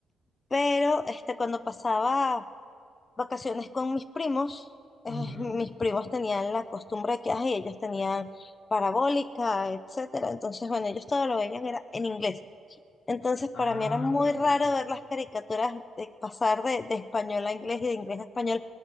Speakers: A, on the left (about 35°); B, on the left (about 80°).
A: pero este, cuando pasaba vacaciones con mis primos. eh,
B: ujú.
A: mis primos tenían la costumbre que ay, ellos tenían parabólica, etcétera. Entonces, bueno, ellos todo lo veían era en inglés. Entonces,
B: Ah,
A: para mí era muy
B: ok,
A: raro
B: ok.
A: ver las caricaturas de pasar de, de español a inglés y de inglés a español.